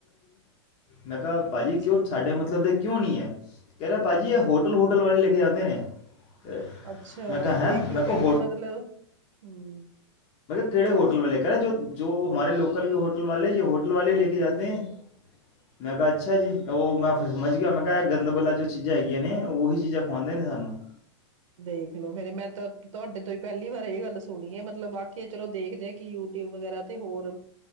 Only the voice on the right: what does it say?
ਅੱਛਾ
ਜੀ
ਹਮ
ਅੱਛਾ,
ਦੇਖਲੋ
ਫਿਰ ਵੀ ਮਤਲਬ ਹੂੰ।
ਦੇਖਲੋ ਫੇਰ ਮੈਂ ਤਾਂ ਤੁਹਾਡੇ ਤੋਂ ਹੀ ਪਹਿਲੀ ਵਾਰ ਇਹ ਗੱਲ ਸੁਣੀ ਹੈ, ਮਤਲਬ ਬਾਕੀ ਚਲੋ ਦੇਖਦੇ। ਕਿ ਯੂਟਿਊਬ ਵਗੈਰਾ ਤੇ ਹੋਰ